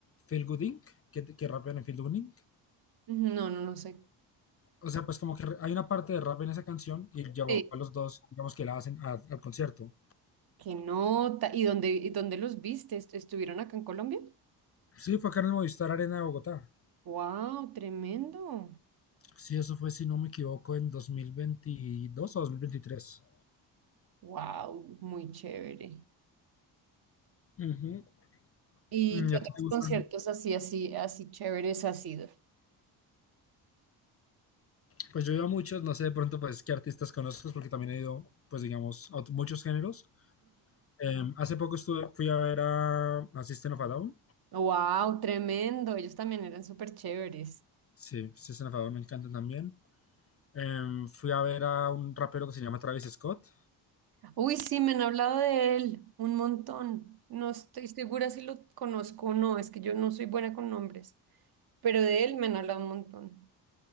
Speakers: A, on the left (about 30°); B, on the right (about 50°).
A: Feel Good Inc., que, que rapean en Feel Good Inc.
B: No, no, no sé.
A: O sea, pues como que hay una parte de rap en esa canción y llevó
B: Sí.
A: a los dos, digamos, que la hacen a- al concierto.
B: Qué nota. ¿Y dónde, y dónde los viste? ¿Est- ¿Estuvieron acá en Colombia?
A: Sí, fue acá en el Movistar Arena de Bogotá.
B: Wow, tremendo.
A: Sí, eso fue, si no me equivoco, en 2022 o 2023.
B: Wow, muy chévere.
A: Ujú.
B: ¿Y
A: Mm,
B: qué
A: ¿Y a
B: otros
A: ti te gustan?
B: conciertos así, así, así chéveres has sido?
A: Pues yo he ido a muchos, no sé de pronto pues qué artistas conozcas, porque también he ido, pues digamos, a ot- muchos géneros. Em, hace poco estuve, fui a ver a, a System of a Down.
B: Wow, tremendo. Ellos también eran súper chéveres.
A: Sí, System of a Down me encanta también. Em, fui a ver a un rapero que se llama Travis Scott.
B: Uy, sí, me han hablado de él un montón. No estoy segura si lo conozco o no. Es que yo no soy buena con nombres. Pero de él me han hablado un montón.